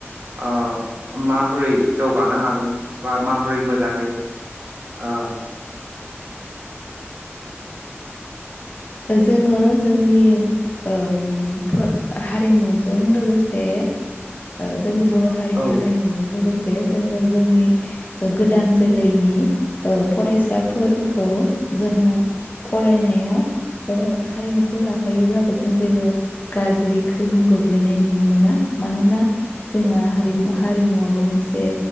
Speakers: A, on the right; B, on the left.
A: ओ माबोरै जौगानो हागोन बा मा बोरै मोजाङै ओ।
B: जोङो जोंनि ओम फ्र हारिमुजों लोगोसे ओ। जों बर' हारिनि
A: औ
B: हारिमुजों लोगोसे जोङो। जोंनि गोदान जोलैनि ओ फरायसाफोरखौ जोङो फरायनायाव ओ हारिमुखौ लाफायोब्लाबो जों जेबो गाज्रि गोहोम गोग्लैनाय नुनो मोना। मानोना जोंहा हारिमुवा हारिमुवाबो मोनसे